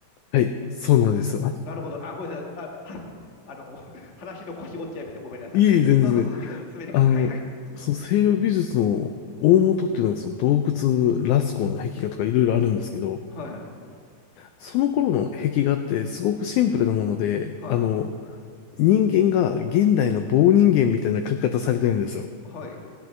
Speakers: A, on the left (about 85°); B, on the left (about 60°).
A: はい。そうなんですよ。<laughs>
B: なるほど。あ、ごめんなさい。あ、はい。あの、<laughs> 話の腰折っちゃいました。ごめんなさい。
A: いえいえ、全然。
B: どうぞ進んでください。進めてください。
A: あの、
B: はい、はい。
A: その西洋美術の大元っていうのはその洞窟、
B: うん。
A: ラスコーの壁画とかいろいろあるんですけど、
B: はい、はい。
A: その頃の壁画ってすごくシンプルなもので、
B: はい。
A: あの、人間が現代の棒人間みたいな描き方されてるんですよ。
B: はい。